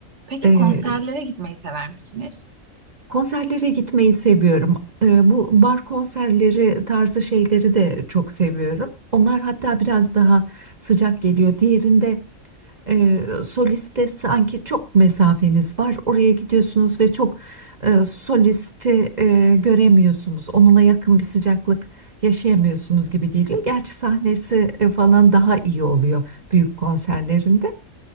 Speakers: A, on the right; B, on the right.
A: Peki
B: Ee,
A: konserlere gitmeyi sever misiniz?
B: konserlere gitmeyi seviyorum. Ee, bu bar konserleri tarzı şeyleri de çok seviyorum. Onlar hatta biraz daha sıcak geliyor. Diğerinde E, solist de sanki çok mesafeniz var. Oraya gidiyorsunuz ve çok e, solisti e, göremiyorsunuz. Onunla yakın bir sıcaklık yaşayamıyorsunuz gibi geliyor. Gerçi sahnesi e, falan daha iyi oluyor büyük konserlerinde.